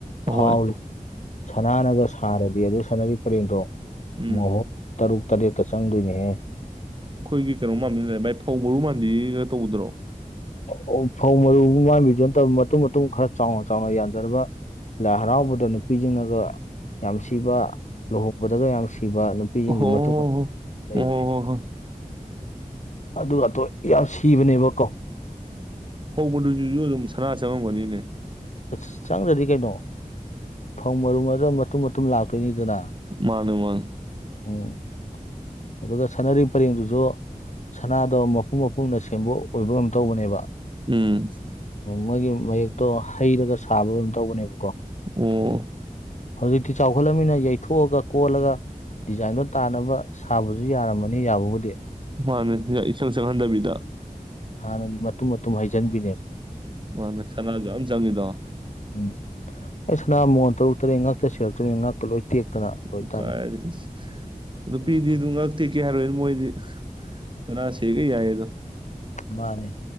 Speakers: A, on the left; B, on the right.
A: ꯐꯥꯎꯔꯤ
B: ꯍꯣꯏ
A: ꯁꯅꯥꯅꯒ ꯁꯥꯔꯗꯤ ꯑꯗꯨ ꯁꯅꯥꯔꯤꯛ ꯄꯔꯦꯡꯗꯣ
B: ꯎꯝ
A: ꯃꯍꯣꯔ ꯇꯔꯨꯛ ꯇꯔꯦꯠꯇ ꯆꯪꯗꯣꯏꯅꯦꯍꯦ
B: ꯑꯩꯈꯣꯏꯒꯤ ꯀꯩꯅꯣ ꯃꯥꯟꯕꯤ ꯂꯩꯔꯝꯃꯦ ꯐꯧ ꯃꯔꯨ ꯃꯥꯟꯕꯤꯒ ꯇꯧꯕꯗꯨꯔꯣ
A: ꯑꯧ ꯐꯧ ꯃꯔꯨ ꯃꯥꯟꯕꯤꯗꯨ ꯅꯠꯇꯕ ꯃꯇꯨꯝ ꯃꯇꯨꯝ ꯈꯔ ꯆꯥꯎꯅ ꯆꯥꯎꯅ ꯌꯥꯟꯗꯔꯒ ꯂꯥꯏ ꯍꯔꯥꯎꯕꯗ ꯅꯨꯄꯤꯁꯤꯡꯅꯒ ꯌꯥꯝ ꯁꯤꯕ ꯂꯨꯍꯣꯡꯕꯗꯒ ꯌꯥꯝ ꯁꯤꯕ ꯄꯤꯒꯤ ꯃꯊꯨꯞ
B: ꯍꯣ ꯍꯣ
A: ꯃꯊꯨꯞ
B: ꯍꯣ
A: ꯂꯩꯕꯅꯦ
B: ꯑꯣ ꯍꯣ ꯍꯣ ꯍꯣꯏ
A: ꯑꯗꯨꯒꯇꯣ ꯌꯥꯝ ꯁꯤꯕꯅꯦꯕ ꯀꯣ
B: ꯐꯧ ꯃꯔꯨꯗꯨꯁꯨ ꯑꯗꯨꯝ ꯁꯅꯥ ꯆꯪꯉꯝꯒꯅꯤꯅꯦꯃꯤ
A: ꯑꯁ ꯆꯪꯗꯗꯤ ꯀꯩꯅꯣ ꯐꯪ ꯃꯔꯨ ꯍꯥꯏꯔ ꯃꯇꯨꯝ ꯃꯇꯨꯝ ꯂꯥꯛꯇꯣꯏꯅꯤꯗꯅ
B: ꯃꯥꯅꯤ ꯃꯥꯅꯤ
A: ꯑꯝ ꯑꯗꯨꯒ ꯁꯥꯅꯔꯤꯛ ꯄꯥꯔꯦꯡꯗꯨꯁꯨ ꯁꯅꯥꯗꯣ ꯃꯄꯨꯝ ꯃꯄꯨꯝꯅ ꯁꯦꯝꯕꯣꯛ ꯑꯣꯏꯕ ꯑꯝ ꯇꯧꯕꯅꯦꯕ
B: ꯎꯝ
A: ꯃꯣꯏꯒꯤ ꯃꯌꯦꯛꯇꯣ ꯍꯩꯔꯒ ꯁꯥꯕ ꯀꯩꯅꯣꯝ ꯇꯧꯕꯅꯦꯕꯀꯣ
B: ꯑꯣ
A: ꯑꯗꯨ ꯍꯧꯖꯤꯛꯇꯤ ꯆꯥꯎꯈꯠꯂꯃꯤꯅ ꯌꯩꯊꯣꯛꯑꯒ ꯀꯣꯜꯂꯒ ꯗꯤꯖꯥꯏꯟꯗꯣ ꯇꯥꯟꯅꯕ ꯁꯥꯕꯁꯨ ꯌꯥꯔꯝꯃꯅꯤ ꯌꯥꯕꯨꯗꯤ
B: ꯃꯥꯅꯦ ꯏꯆꯜ ꯆꯪꯍꯟꯗꯕꯤꯗ
A: ꯍꯥꯟꯅꯗꯤ ꯃꯇꯨꯝ ꯃꯇꯨꯝ ꯍꯩꯖꯤꯟꯕꯤꯅꯦ
B: ꯃꯥꯅꯦ ꯁꯅꯥꯁꯨ ꯌꯥꯝ ꯆꯪꯉꯤꯗꯣ
A: ꯎꯝ ꯑꯩ ꯁꯅꯥ ꯃꯣꯟ ꯇꯔꯨꯛ ꯇꯔꯦꯠ ꯉꯛꯇ ꯁꯤꯔꯛꯇꯣꯏꯟ ꯉꯛꯀ ꯂꯣꯏ ꯇꯦꯛꯇꯅ ꯂꯣꯏ
B: ꯎꯝ
A: ꯇꯥꯔꯦ
B: ꯀꯥꯏꯔꯁ ꯅꯨꯄꯤꯗꯤ
A: ꯎꯝ
B: ꯑꯗꯨ ꯉꯛꯇꯦꯀꯦ ꯍꯥꯏꯔꯣꯏ ꯃꯣꯏꯗꯤ ꯁꯅꯥ ꯁꯤꯔꯤꯒꯩ ꯌꯥꯏꯌꯦ ꯗꯣ
A: ꯃꯥꯅꯦ